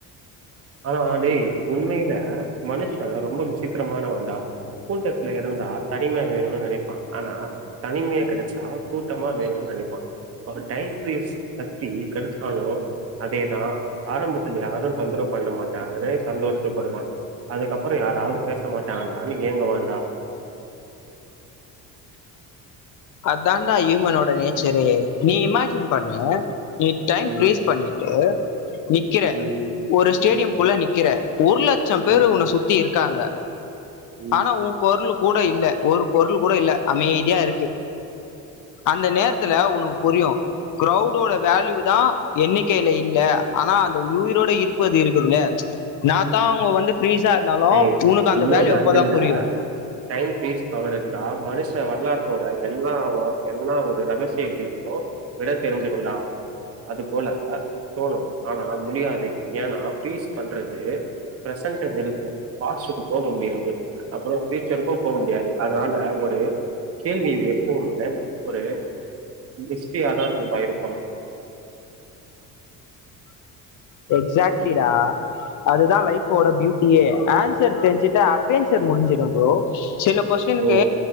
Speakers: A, on the right; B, on the left.
A: ஆனா டேய் உண்மைல மனுஷ ரொம்ப விசித்திரமானவன்டா கூட்டத்துல இருந்தா தனிமை வேணுனு நெனைப்பா ஆனா தனிமையா கெடைச்சா கூட்டந்தா வேணுனு நெனைப்பா அவ டைம்கிரியேட்ஸ் ஃபஸ்ட்டு கெடச்சுட்டாலு அதேதா ஆரம்பத்துல யாரு தொந்தரவு பண்ண மாட்டாங்கனே சந்தோஷப்படுவா அதுக்கப்பற யாராவ்து பேச மாட்டாங்களானு ஏங்குவான்டா
B: அதான்டா இமனோட நேச்சரு நீ இமேஜின் பண்ணு நீ டைம்
A: ம்
B: ஃப்ரீஸ் பண்ணிட்டு நிக்கிற
A: ம்
B: ஒரு ஸ்டேடியம்
A: ம்
B: குள்ள நிக்கிற ஒரு லட்சம் பேரு
A: ம்
B: உன்ன சுத்தி இருக் க்காங்க
A: ம்
B: ஆனா உங் குரலு கூட இல்ல ஒரு கொரல் கூட இல்ல அமைதியா இருக்கு அந்த நேரத்துல உனக் புரியு க்ரௌடோட வேல்யூ தா எண்ணிக்கையில இல்ல ஆனா அந்த உயிரோட இருப்பது இருக்குதுல என்னாதா அவங்க வந்து ஃப்ரீஸா இருந்தாலும்
A: டேய்
B: உனக்கு அந்த
A: இன்னொரு
B: வேல்யூ
A: ஆங்கிள்ல
B: அப்பதான் புரியும்
A: டைம் ஃபிரீஸ் பவர் இருந்தா மனுஷ வரலாற்றோட எல்லா வா என்னா ஒரு ரகசிய ட்ரீம்மோ விட தெரிஞ்சுருதுனா அது போல தோணு ஆனா முடியாது ஏன்னா ஃப்ரீஸ் பண்றது ப்ரெசென்ட்ட நிறுத்து ஃபாஸ்ட்க்கு போக முடியாது அப்றோ பியூச்சருக்கு போக முடியாது அதனால ஒரு இது கேள்வி இங்க எப்பவுமே ஒரு மிஷ்ட்டியாதா நண்பா இருக்கும்
B: எக்ஸாக்ட்லி டா அதுதா லைஃப்போட பியூட்டியே ஆன் சர் தெரிஞ்சிட்ட அட்வெஞ்சர் முடிஞ்சிடு ப்ரோ சில கொஸ்டினுக்கு
A: ஓ